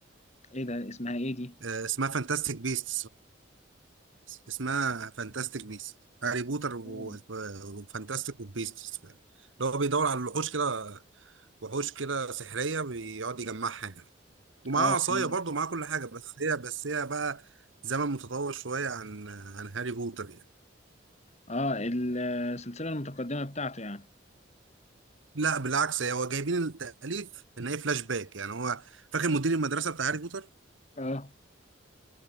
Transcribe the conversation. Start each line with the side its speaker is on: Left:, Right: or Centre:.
Left: إيه ده اسمها إيه دي؟
Right: آه، اسمها فانتاستيك بيست اسمها فانتاستيك بيست هاري بوتر و-
Left: أوه.
Right: وفانتاستيك وبيست اللي هو بيدور على الوحوش كده وحوش كده سحرية بيقعد يجمعها يعني ومعاه
Left: آه
Right: عصاية
Left: فين؟
Right: برضه معاه كل حاجة بس هي بس هي بقى زمن متطور شوية عن عن هاري بوتر يعني
Left: آه السلسلة المتقدمة بتاعته يعني
Right: لا بالعكس هي هو جايبين التأليف إن هي فلاش باك يعني هو فاكر مدير المدرسة بتاع هاري بوتر
Left: آه